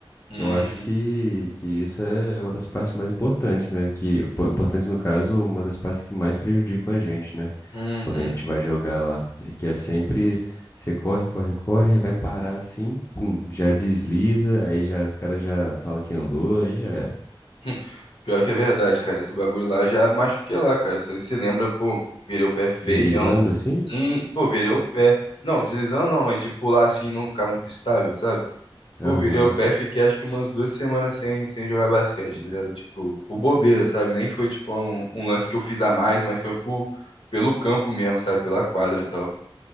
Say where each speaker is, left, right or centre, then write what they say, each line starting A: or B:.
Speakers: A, on the left (about 75°); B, on the left (about 30°).
A: Uhum,
B: Eu acho que, que isso é é uma das partes mais importantes, né? Que, pô, importante no caso, uma das partes que mais prejudicam a gente, né?
A: uhum.
B: Quando a gente vai jogar lá, que é sempre, você corre, corre, corre, vai parar assim, pum, já desliza, aí já os caras já falam que andou, aí já era.
A: Hum, Pior que é verdade, cara. Esse bagulho lá já me machuquei lá, cara. Só se lembra, pô, virei o pé feião.
B: Deslizando assim?
A: Hum, pô, virei o pé. Não, deslizando não, mas de pular assim e não ficar muito estável, sabe?
B: Aham.
A: Pô, virei o pé, fiquei acho que umas duas semanas sem, sem jogar basquete,
B: Hum,
A: tá ligado? Tipo, por bobeira, sabe? Nem foi tipo um, um lance que eu fiz a mais, mas foi por, pelo campo mesmo, sabe? Pela quadra e tal.